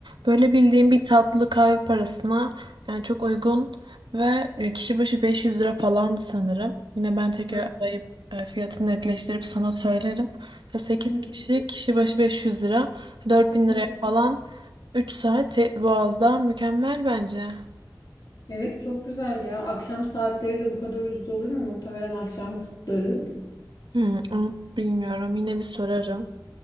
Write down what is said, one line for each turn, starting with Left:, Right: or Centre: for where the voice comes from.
Right: Böyle bildiğim bir tatlı kahve parasına yani çok uygun ve e, kişi başı 500 lira falandı sanırım. Yine ben tekrar
Left: Hı.
Right: arayıp e, fiyatını netleştirip sana söylerim. Sekiz
Left: <laughs>
Right: kişi kişi başı 500 lira 4000
Left: Çok-
Right: liraya falan 3 saat Boğaz'da mükemmel bence.
Left: Evet çok güzel ya. Akşam saatleri de bu kadar ucuz olur mu? Muhtemelen akşam kutlarız.
Right: Hmm, onu bilmiyorum. Yine bir sorarım.